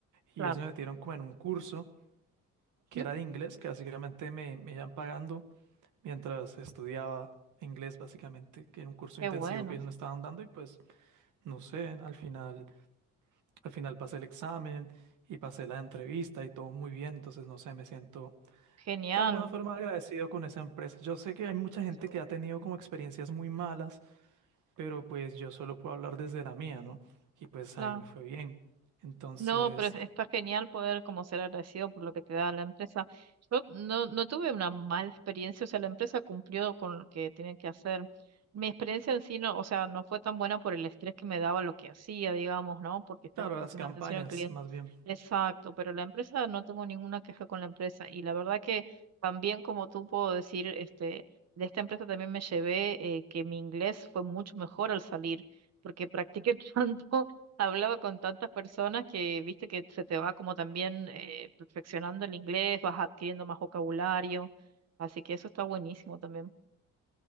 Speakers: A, on the right; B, on the right.
A: Y
B: Claro.
A: eso me metieron como en un curso que
B: Ujú.
A: era de inglés, que básicamente me, me iban pagando mientras estudiaba inglés, básicamente, que era un curso
B: Qué
A: intensivo
B: bueno,
A: que ellos me estaban dando y pues, no sé, al final, al final pasé el examen y pasé la entrevista y todo muy bien, entonces, no sé, me siento
B: genial.
A: de alguna forma agradecido con esa empresa. Yo sé que hay mucha gente
B: Seguro.
A: que ha tenido como experiencias muy malas pero pues yo solo puedo hablar desde la mía, ¿no? Y pues
B: Claro.
A: a mí me fue bien. Entonces,
B: No, pero está genial poder como ser agradecido por lo que te da la empresa. Yo no, no tuve una mala experiencia, o sea, la empresa cumplió con lo que tiene que hacer. Mi experiencia en sí no, o sea, no fue tan buena por el estrés que me daba lo que hacía, digamos, ¿no? Porque estaba
A: claro,
B: puesto
A: las campañas,
B: una Mm, atención al cliente.
A: más bien.
B: Exacto, pero la empresa, no tengo ninguna queja con la empresa. Y la verdad que también como tú puedo decir, este, de esta empresa también me llevé eh, que mi inglés fue mucho mejor al salir porque practiqué <laughs> tanto hablaba con tantas personas que viste que se te va como también eh, perfeccionando el inglés, vas adquiriendo más vocabulario, así que eso está buenísimo también.